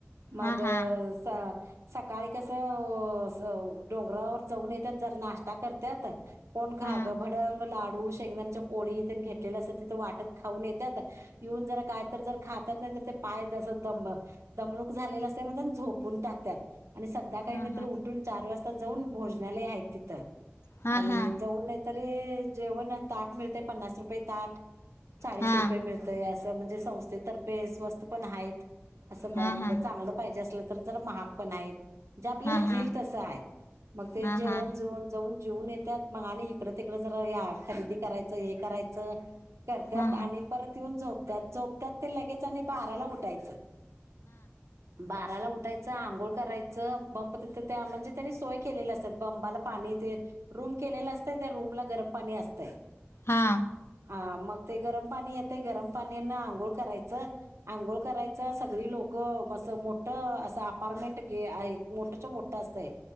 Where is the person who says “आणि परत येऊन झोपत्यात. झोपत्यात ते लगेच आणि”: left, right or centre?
Right